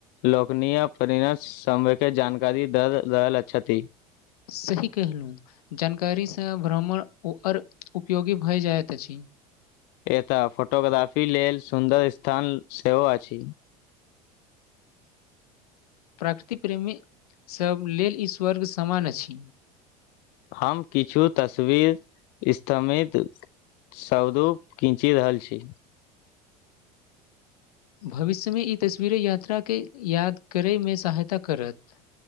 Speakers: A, on the left; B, on the left.
A: लोकनि अपनासभके जानकारी दऽ रहल छथि।
B: सही कहलहुँ। जानकारीसँ भ्रमण उपयोगी भऽ जाइत अछि।
A: एतय फोटोग्राफी लेल सुन्दर स्थान सेहो अछि।
B: प्रकृति प्रेमीसभ लेल ई स्वर्ग समान अछि।
A: हम किछु तस्वीर अस्मित सदो किछु कीनि रहल छी।
B: भविष्यमे ई तस्वीरे यात्राके याद करयमे सहायता करत।